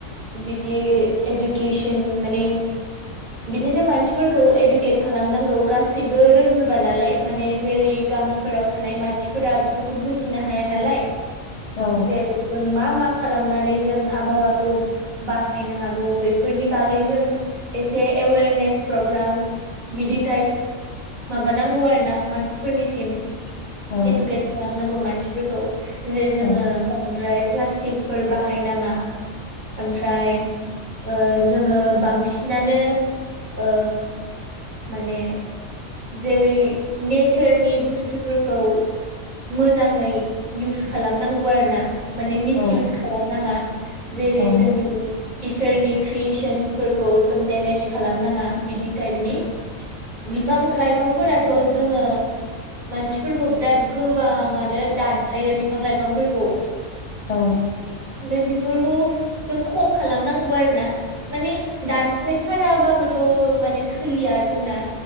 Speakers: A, on the right (about 40°); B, on the left (about 75°).
A: बिदि एजुकेसन माने बिदिनो मानसिफोरखौ इडुकेट खालामनांगौ गासैबो रोंजोबा नालाय माने जेरै गामि फोराव थानाय मानसिफोरा बेफोरखौ बुजिनो हाया नालाय
B: औ
A: जेरै जों मा मा खालामनानै जों आबहावाखौ बासायनो हागौ बेफोरनि बागै जों एसे एवेरनेस प्रग्राम। बिदि टाइप। माबानांगौ आरो ना मानसिफोरनिसिम
B: औ
A: एडुकेट खालामनांगौ मानसि फोरखौ जे
B: औ
A: जोङो बांद्राय प्लास्टिकफोर बाहायनाङा। ओमफ्राय ओ जोङो बांसिनानो ओ माने जेरै नेचारनि बुस्थफोर खौ मोजाङै इउस खालामनांगौ आरो ना माने मिसएउस
B: औ
A: खालामनाङा जेरै
B: औ
A: जोंनि इसोरनि क्रियेसन्सफोरखौ जों डेमेज खालामनाङा बिदि टाइपनि बिफां लाइफांफोराथ' जोङो मानसिफोरखौ बिराद गोबाङानो दानफायो बिफां लाइफांफोरखौ
B: औ
A: ओमफ्राय बेफोरखौ जों खम खालामनांगौ आरो ना माने दानफाय खानाबाबोथ' माने सोलिया जोंना